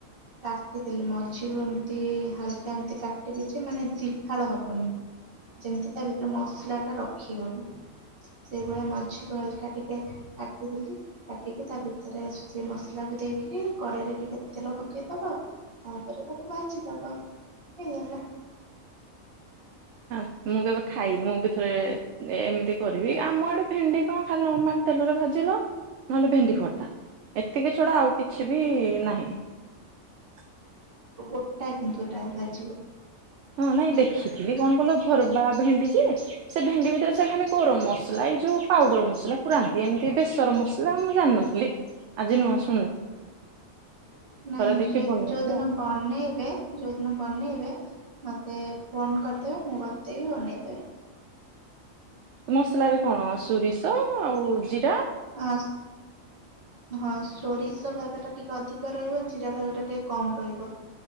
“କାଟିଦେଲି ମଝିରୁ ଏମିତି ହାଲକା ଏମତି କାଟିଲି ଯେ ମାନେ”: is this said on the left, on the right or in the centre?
Right